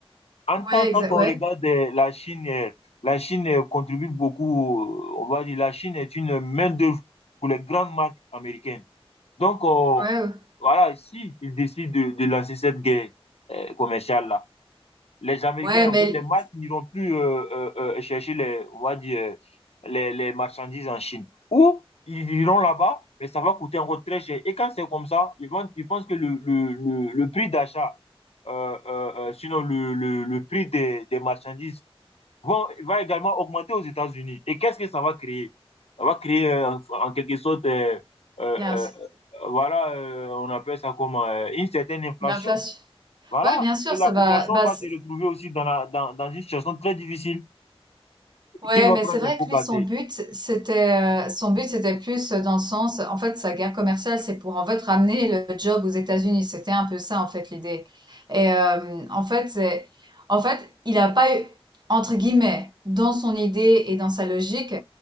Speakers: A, on the left (about 75°); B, on the right (about 45°).
A: En
B: Ouais,
A: tant quand
B: exact,
A: on
B: ouais,
A: regarde euh, la Chine, euh, la Chine euh, contribue beaucoup, euh, on va dire, la Chine est une main-d'œuvre pour les grandes marques américaines. Donc, euh,
B: ouais, ouais,
A: voilà, si ils décident de, de lancer cette guerre euh, commerciale-là, les Américains,
B: Ouais,
A: en
B: mais
A: fait, les marques n'iront plus euh, euh, euh, chercher les, on va dire, les, les marchandises en Chine. Ou ils iront là-bas, mais ça va coûter encore très cher. Et quand c'est comme ça, ils, vont, ils pensent que le, le, le, le prix d'achat, euh, euh, euh, sinon le, le, le prix des, des marchandises, vont, va également augmenter aux États-Unis. Et qu'est-ce que ça va créer? Ça va créer euh, en, en quelque sorte, euh, euh,
B: bien,
A: euh,
B: s-
A: voilà, euh, on appelle ça comment, euh, une certaine inflation.
B: l'inflation.
A: Voilà.
B: Ouais, bien sûr,
A: Et la
B: ça
A: population
B: va. Bah,
A: va
B: c-
A: se retrouver aussi dans, la, dans, dans une situation très difficile.
B: Ouais,
A: Qui va
B: mais c'est
A: prendre
B: vrai
A: les
B: que
A: pots
B: lui,
A: cassés?
B: son but, c'était, euh, son but, c'était plus dans le sens, en fait, sa guerre commerciale, c'est pour, en fait, ramener le job aux États-Unis. C'était un peu ça, en fait, l'idée. Et, euh, en fait, c'est, en fait, il a pas eu, entre guillemets, dans son idée et dans sa logique,